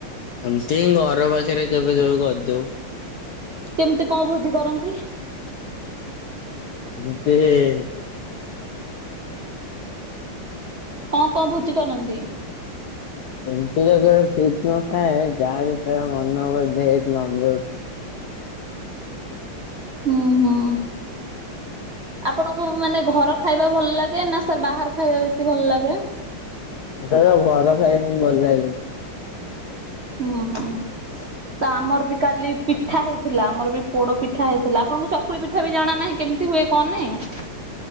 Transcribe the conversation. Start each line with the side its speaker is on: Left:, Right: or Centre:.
Left: ଏମିତି ଘର ପାଖରେ କେବେ କେବେ କରିଥିବୁ।
Right: କେମିତି କଣ ଭୋଜି କରନ୍ତି?
Left: ମତେ ଏ।
Right: କଣ କଣ ଭୋଜି କରନ୍ତି?
Left: ଏମତିରେ ତ ଠିକ୍ ନଥାଏ ଯାହା ଯେତେ ମନ ହୁଏ ଭେଜ୍ ନନଭେଜ୍
Right: ହୁଁ, ହୁଁ। ଆପଣଙ୍କୁ ମାନେ ଘର ଖାଇବା ଭଲ ଲାଗେ ନା ସାର୍ ବାହାର ଖାଇବା ବେଶି ଭଲ ଲାଗେ?
Left: ସେଡ଼ା ଘର ଖାଇବା ଭଲ ଲାଗେ।
Right: ହୁଁ ହୁଁ। ତ ଆମର ବି କାଲି ପିଠା ହେଇଥିଲା ଆମର ବି ପୋଡ଼ା ପିଠା ହେଇଥିଲା ଆପଣଙ୍କୁ ଚକୁ ଚକୁଳି ପିଠା ବି ଜଣା ନାହିଁ କେମିତି ହୁଏ କଣ ନାଇଁ?